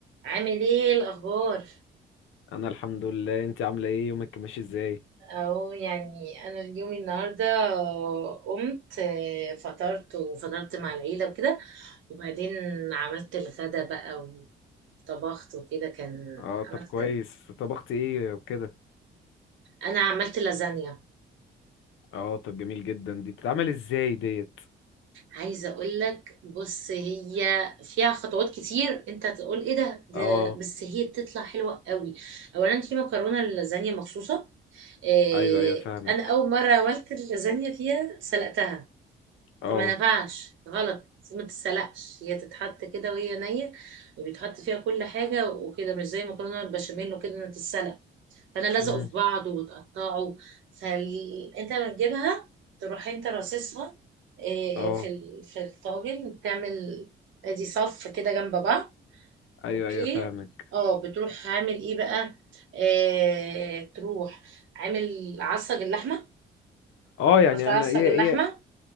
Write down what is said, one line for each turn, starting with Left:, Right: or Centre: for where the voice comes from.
Right: عامل ايه الاخبار
Left: انا الحمد لله انت عامله ايه يومك ماشي ازاي
Right: اهو يعني انا اليوم النهارده قمت آه، فطرت وفطرت مع العيله وكده وبعدين عملت الغدا بقى وطبخت وكده كان
Left: اه طب
Right: عملت
Left: كويس طبخت ايه وكده
Right: انا عملت لازانيا
Left: اه طب جميل جدا دي بتتعمل ازاي ديت
Right: عايزه اقول لك بص هي فيها خطوات كتير انت تقول ايه ده, ده
Left: اه
Right: بس هي بتطلع حلوه قوي اولا في مكرونه للازانيا مخصوصه آه،
Left: ايوه ايوه فاهمك
Right: انا اول مره عملت اللازانيا فيها سلقتها
Left: اه
Right: فما ينفعش غلط المفروض ما تتسلقش هي تتحط كده وهي نية وبيتحط فيها كل حاجة وكده مش زي المكرونة البشاميل وكده انها تتسلق فانا لازقوا
Left: امم
Right: في بعض وتقطعوا فانت لما تجيبها تروح انت راصصها إيه،
Left: اه
Right: في ال- في الطاجن تعمل ادي صف كده جنب بعض
Left: ايوه
Right: اوكي
Left: ايوه فاهمك
Right: اه بتروح عامل ايه بقى إيه تروح عامل عصج اللحمه
Left: اه يعني
Right: تعرف تعصج
Left: انا ايه
Right: اللحمه
Left: ايه